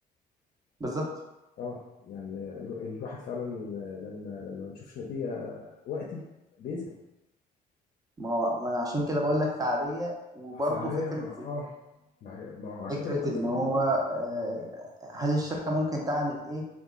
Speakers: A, on the right (about 20°); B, on the left (about 55°).
A: بالظبط
B: اه يعني ال- الواحد فعلا لما لما ما بيشوفش نتيجه وقتي بيزهق
A: ما هو ما أنا عشان كده بقول لك فعاليه وبرضه
B: فعليا
A: فكره
B: ما اه ما هي- ما هو عشان
A: فكرة
B: كده بقول
A: إن
B: لك
A: هو آه، هل الشركة ممكن تعمل إيه